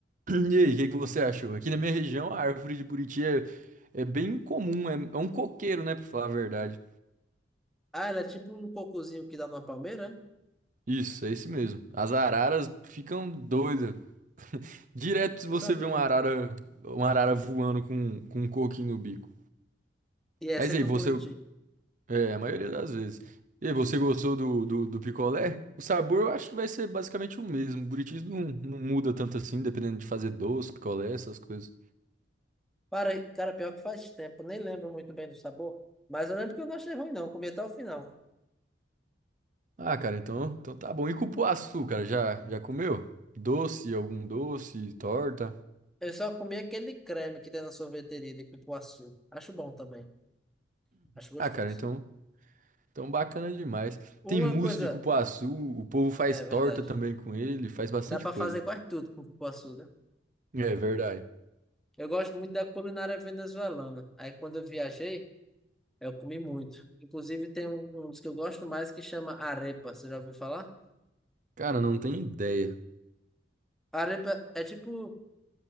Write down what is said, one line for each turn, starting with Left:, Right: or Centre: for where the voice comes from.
Right: E aí, o que que você achou? Aqui na minha região, a árvore de Buriti é, é bem comum. É, é um coqueiro, né? Pra falar a verdade.
Centre: Ah, era tipo um cocozinho que dá numa palmeira? é?
Right: Isso, é esse mesmo. As araras ficam doidas. Direto
Centre: Não
Right: você
Centre: sabia.
Right: vê uma arara, uma arara voando com, com um coquinho no bico.
Centre: E é
Right: Mas
Centre: sempre
Right: aí, você.
Centre: o buriti.
Right: É, a maioria das vezes. E aí, você gostou do, do, do picolé? O sabor eu acho que vai ser basicamente o mesmo. O Buritis não, não muda tanto assim, dependendo de fazer doce, picolé, essas coisas.
Centre: Para, cara, pior que faz tempo, nem lembro muito bem do sabor. Mas eu lembro que eu não achei ruim, não. Eu comi até o final.
Right: Ah, cara, então, então tá bom. E cupuaçu, cara, já, já comeu? Doce, algum doce, torta?
Centre: Eu só comi aquele creme que tem na sorveteria de cupuaçu. Acho bom também. Acho gostoso.
Right: Ah, cara, então, então bacana demais.
Centre: Uma
Right: Tem mousse
Centre: coisa.
Right: de cupuaçu, o povo faz
Centre: É
Right: torta
Centre: verdade.
Right: também com ele, faz bastante
Centre: Dá pra
Right: coisa.
Centre: fazer quase tudo com cupuaçu, né?
Right: É verdade.
Centre: Eu gosto muito da culinária venezuelana. Aí quando eu viajei, eu comi muito. Inclusive tem um, um dos que eu gosto mais que chama arepa. Você já ouviu falar?
Right: Cara, não tem ideia.
Centre: Arepa é tipo